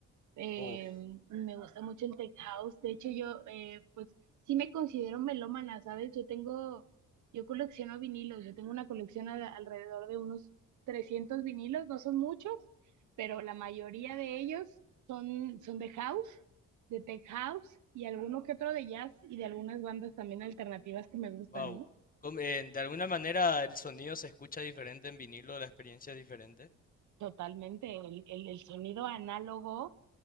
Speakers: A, on the right (about 75°); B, on the left (about 30°).
A: Eh,
B: Uf,
A: me gusta mucho el tech house. De hecho, yo, eh, pues, sí me considero melómana, ¿sabes? Yo tengo, yo colecciono vinilos. Yo tengo una colección al- alrededor de unos 300 vinilos. No son muchos, pero la mayoría de ellos son, son de house, de tech house y alguno que otro de jazz y de algunas bandas también alternativas que me gustan,
B: wow.
A: ¿no?
B: Mm. eh, de alguna manera el sonido se escucha diferente en vinilo, la experiencia es diferente.
A: Totalmente, el, el, el sonido análogo